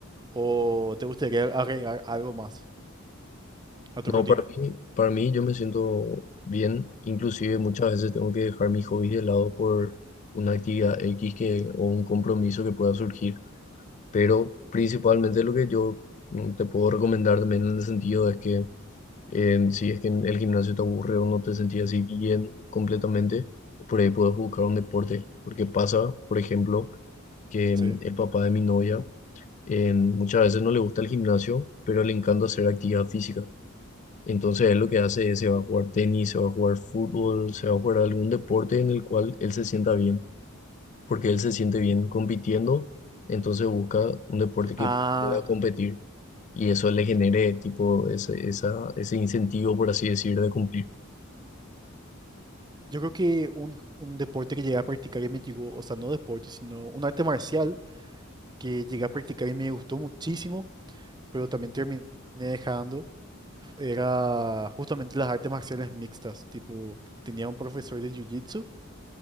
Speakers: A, on the right; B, on the left.
A: ¿O te gustaría agregar algo más a tu
B: No,
A: rutina?
B: para mí, para mí yo me siento bien, inclusive muchas veces tengo que dejar mis hobbies de lado por una actividad X que, o un compromiso que pueda surgir, pero principalmente lo que yo mm, te puedo recomendar también en el sentido es que eh, si es que en el gimnasio te aburre o no te sentís así bien completamente, por ahí puedes buscar un deporte, porque pasa, por ejemplo, que
A: Sí.
B: mm, el papá de mi novia eh, muchas veces no le gusta el gimnasio, pero le encanta hacer actividad física. Entonces él lo que hace es se va a jugar tenis, se va a jugar fútbol, se va a jugar algún deporte en el cual él se sienta bien, porque él se siente bien compitiendo, entonces busca un deporte que
A: Ah,
B: pueda competir y eso le genere
A: y
B: tipo ese, esa, ese incentivo, por así decir, de cumplir,
A: yo creo que un, un deporte que llegué a practicar y me llegó, o sea, no deporte, sino un arte marcial que llegué a practicar y me gustó muchísimo, pero también terminé dejando, era justamente las artes marciales mixtas, tipo, tenía un profesor de jiu-jitsu